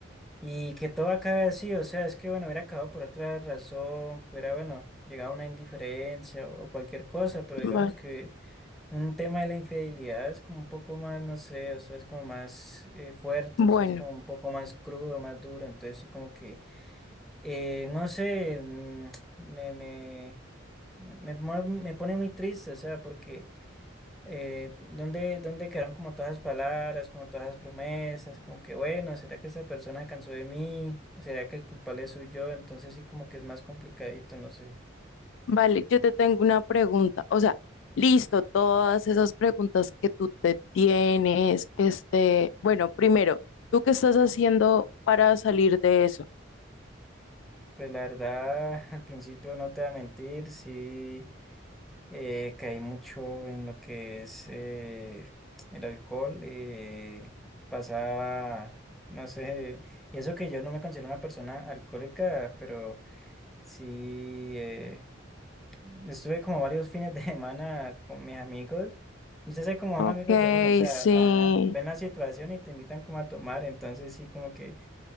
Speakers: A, in the centre; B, on the left (about 70°).
A: y que todo acabe así, o sea, es que bueno, hubiera acabado por otra razón, que hubiera, bueno, llegado a una indiferencia o cualquier cosa, pero digamos
B: Va-
A: que un tema de la infidelidad es como un poco más, no sé, o sea, es como más eh, fuerte,
B: Bueno.
A: o sea, es como un poco más crudo, más duro, entonces sí como que, eh, no sé, mm, me, me, me, me me pone muy triste, o sea, porque eh, ¿dónde, dónde quedaron como todas las palabras, como todas las promesas? Como que, bueno, ¿será que esa persona se cansó de mí? ¿Será que el culpable soy yo? Entonces sí como que es más complicadito, no sé.
B: Vale, yo te tengo una pregunta. O sea, listo, todas esas preguntas que tú te tienes, este, bueno, primero, ¿tú qué estás haciendo para salir de eso?
A: Pues la verdad, <laughs> al principio no te voy a mentir, sí eh, caí mucho en lo que es eh, el alcohol. eh, pasaba, no sé, y eso que yo no me considero una persona alcohólica, pero sí... eh, Estuve como varios fines de <laughs> semana con mis amigos y se hace como
B: Ok,
A: son amigos de uno, o sea,
B: sí.
A: ajá, ven la situación y te invitan como a tomar, entonces sí, como que